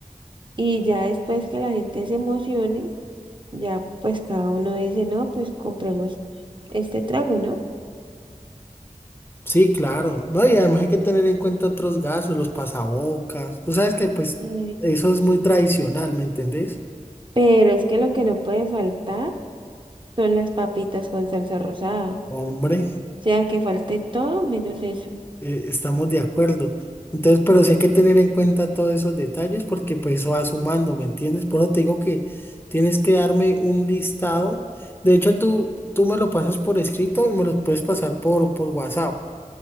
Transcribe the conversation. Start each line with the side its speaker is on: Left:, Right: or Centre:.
Right: y ya después que la gente se emocione, ya pues cada uno dice, no, pues compremos este trago, ¿no?
Left: Sí, claro, ¿no? Y además hay que tener en cuenta otros gastos, los pasabocas. Tú sabes que pues
Right: Ay,
Left: eso es muy tradicional, ¿me entendés?
Right: Pero es que lo que no puede faltar son las papitas con salsa rosada. O
Left: Hombre.
Right: sea, que falte todo menos eso.
Left: eh, estamos de acuerdo. Entonces, pero sí hay que tener en cuenta todos esos detalles porque pues eso va sumando, ¿me entiendes? Por eso te digo que tienes que darme un listado. De hecho, tú, tú me lo pasas por escrito y me lo puedes pasar por, por WhatsApp.